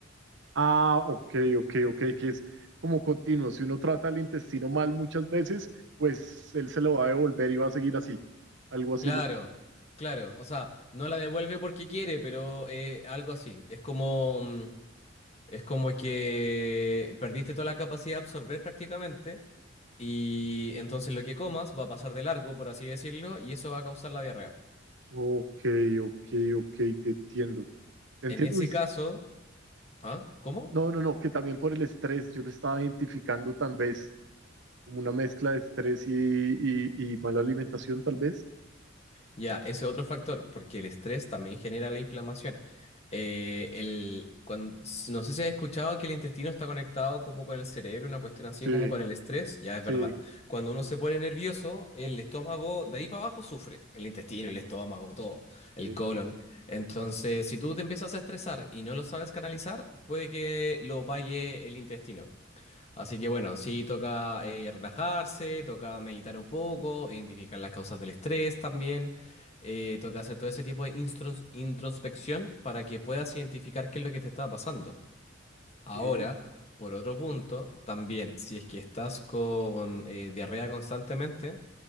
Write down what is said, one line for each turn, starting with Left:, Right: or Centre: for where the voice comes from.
Right: Ah, ok, ok, ok, que es como continuo. Si uno trata el intestino mal muchas veces, pues él se lo va a devolver y va a seguir así. Algo así
Left: Claro,
Right: es lo que...
Left: claro. O sea, no la devuelve porque quiere, pero eh, algo así. Es como, mm, es como que perdiste toda la capacidad de absorber prácticamente y entonces lo que comas va a pasar de largo, por así decirlo, y eso va a causar la diarrea.
Right: Ok, ok, ok, te entiendo. Te entiendo.
Left: En ese
Right: Uy,
Left: caso, ¿ah? ¿Cómo?
Right: no, no, no, que también por el estrés, yo lo estaba identificando tal vez. como una mezcla de estrés y, y- y mala alimentación, tal vez.
Left: Ya, ese otro factor, porque el estrés también genera la inflamación. Eh, el, cuando, s- no sé si has escuchado que el intestino está conectado como con el cerebro, una cuestión así
Right: Sí,
Left: como con el estrés, ya es
Right: sí,
Left: verdad. Cuando uno se pone nervioso, el estómago de ahí para abajo sufre, el intestino, el estómago, todo, el
Right: sí,
Left: colon. Entonces, si tú te empiezas a estresar y no lo sabes canalizar, puede que lo pague el intestino. Así que bueno, sí toca eh, relajarse, toca meditar un poco, identificar las causas del estrés también, eh, toca hacer todo ese tipo de instros- introspección para que puedas identificar qué es lo que te está pasando. Ahora,
Right: ok,
Left: por otro punto, también si es que estás con eh, diarrea constantemente,